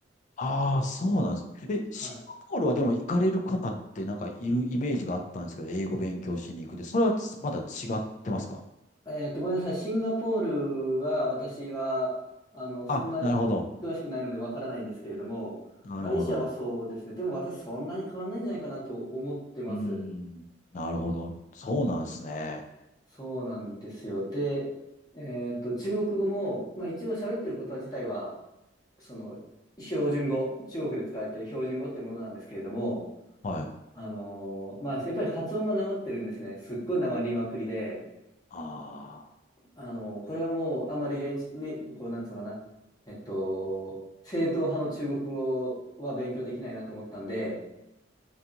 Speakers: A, on the left; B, on the left.
A: ああ、そうなんですえ、
B: はい。
A: シンガポールはでも行かれる方ってなんかいるイメージがあったんですけど、英語勉強しに行くで、それはまだ違ってますか
B: えっと、ごめんなさい。シンガポールは、私は、あの、そんな
A: あ、なるほど。
B: 詳しくないのでわからないんですけれども、
A: なるほど。
B: マレーシアはそうですね。でも私そんなに変わんないんじゃないかなと思ってます。
A: うーん。なるほど。そうなんですね。
B: そうなんですよ。で、えっと、中国語も、まあ一応喋ってることは自体は、その、標準語、中国で使われている標準語ってものなんですけれども、
A: はい。
B: あのーまあやっぱり発音がなまってるんですね。すっごいなまりまくりで、
A: ああ。
B: あの、これはもうあまり練習、ね、こう、なんつうのかな、えっと、正統派の中国語は勉強できないなと思ったんで、